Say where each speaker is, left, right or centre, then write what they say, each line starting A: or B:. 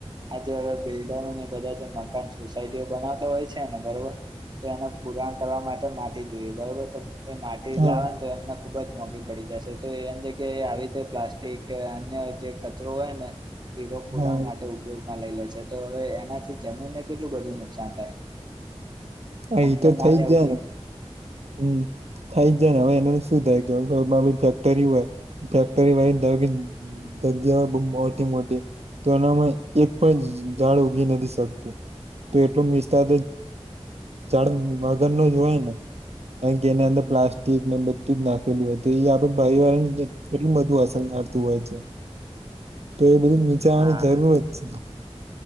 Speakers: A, on the right; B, on the right.
A: આ જે હવે બિલ્ડરોની બધા જે મકાન સોસાયટીઓ બનાવ તો હોય છે ને બરોબર. તો એને પુરાણ કરવા માટે માટી જોઈએ બરોબર, તો એ માટી
B: હા
A: લાવે તો એમને ખબ ખુબ જ મોંઘી પડી જશે તો એમ કેય કે આવી રીતે પ્લાસ્ટિક કે અન્ય જે કચરો હોય ને ઈરો પુરાણ
B: હા
A: માટે ઉપયોગમાં લઇ લે છે તો હવે એનાથી જમીનને કેટલુ બધું નુકસાન થાય.
B: અ
A: આમ
B: ઈ તો
A: ના
B: થઇ
A: લેવું
B: જાય
A: જોઈએ
B: ને. હમમ થઈ જાય ને હવે એનાથી શું થાય કે આપ ફેક્ટરી હોય ફેક્ટરી વા એને થય કે જગ્યાઓ બવ મોટી મોટી તો એનામાં એક પણ ઝાડ ઊગી નથી શકતું. તો એટલું મિસ્તા ઝાડ મગન નો જ હોય ને. અને કે એને અંદર પ્લાસ્ટિક ને બધું જ નાખેલું હોય તો એ આપડે પરિવારને કેટલું બધું અસર કરે. કરતું હોય છે તો એ બધું વિચારવાની
A: હા
B: જરૂર જ છે.